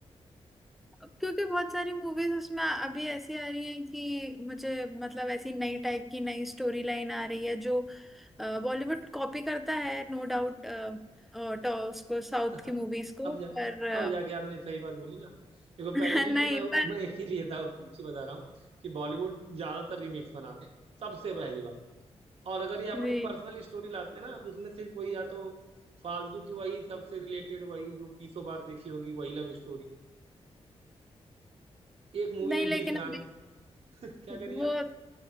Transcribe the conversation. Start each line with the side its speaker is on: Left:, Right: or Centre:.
Centre: क्योंकि बहुत सारी मूवीज उसमें अभी ऐसी आ रही हैं कि मुझे मतलब ऐसी नई टाइप की नई स्टोरी लाइन आ रही है जो बॉलीवुड कॉपी करता है नो डाउट तो उसको साउथ
Right: <laughs>
Centre: की मूवीज को
Right: अब जा
Centre: पर अ,
Right: अब जाके आपने सही बात बोली ना देखो
Centre: <laughs>
Right: पहली चीज
Centre: नहीं
Right: तो मैं
Centre: पर
Right: मैं इसीलिए साउथ को अच्छी बता रहा हूँ कि बॉलीवुड ज्यादातर रीमेक्स बनाते हैं सबसे पहली बात और अगर ये अपनी
Centre: जी
Right: पर्सनल स्टोरी लाते हैं ना तो उसमें सिर्फ वही या तो फालतू की वही सबसे रिलेटेड वही जो बीसों बार देखी होंगी वही लव स्टोरी एक मूवी
Centre: नहीं
Right: में
Centre: लेकिन
Right: बीस
Centre: अभी
Right: गाने <laughs> क्या
Centre: वो
Right: करें आप